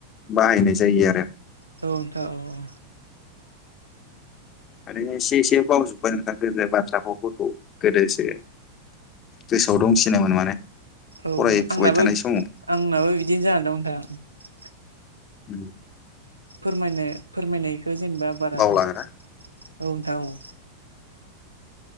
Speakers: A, on the left; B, on the right.
A: बाहायनाय जायो आरो।
B: औ नोंथां औ औ।
A: माने एसे एसे बावजोब्बाय नोंथां गोदो बाथ्रा फावफोरखौ गोदोसो गोसोआव दंसिनोमोन माने
B: औ
A: फरायफुबाय
B: आंनाबो
A: थानाय समाव
B: आंनाबो बिदिनो जानानै दं नोंथां।
A: ओम।
B: फोरमायनो फोरमायनायखौ जेनेबा बारा
A: बावलाङोना
B: औ नोंथां औ।